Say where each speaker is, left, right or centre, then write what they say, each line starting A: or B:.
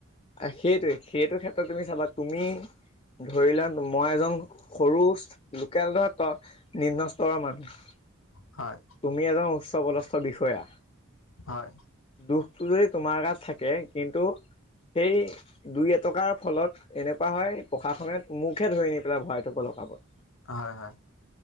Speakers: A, on the left; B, on the left.
A: সেইটোৱেই, সেইটো ক্ষেত্ৰত তুমি চাবা তুমি ধৰি লোৱা মই এজন সৰু লোকেল ধৰ নিম্ন স্তৰৰ মানুহ।
B: হয়।
A: তুমি এজন উচ্চ পদস্থ বিষয়া।
B: হয়।
A: দুখটো যদি তোমাৰ গাত থাকে কিন্তু সেই- দুই-এটকাৰ ফলত এনেকুৱা হয় প্ৰশাসনে মুকহে ধৰি নি পেলাই ভৰাই থব লকাপত।
B: হয়-হয়।